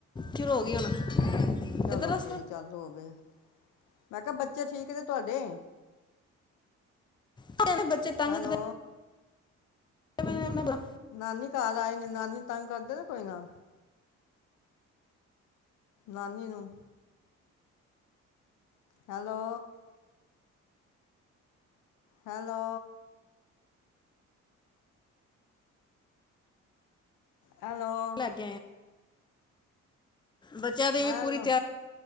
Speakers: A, on the left (about 15°); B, on the left (about 85°).
A: ਸ਼ੁਰੂ ਹੋ ਗਈ ਹੁਣ
B: ਚਲੋ,
A: ਇਧਰ
B: ਨੇੇਰੀ ਚਾਲੂ ਹੋ ਗਏ‌। ਮੈਂ ਕਿਹਾ ਬੱਚੇ ਠੀਕ ਨੇ ਤੁਹਾਡੇ।
A: <inaudible>
B: ਹੈਲੋ
A: ਆਪਣੇ
B: ਨਾਨੀ ਘਰ ਆਏ। ਨਾਨੀ ਤੰਗ ਕਰਦੇ ਨਾ, ਕੋਈ ਨਾ। ਨਾਨੀ ਨੂੰ। ਹੈਲੋ। ਹੈਲੋ ਹੈਲੋ
A: ਲੱਗ ਬੱਚਿਆਂ ਦੀ
B: ਹੈਲੋ
A: ਵੀ ਪੂਰੀ <inaudible>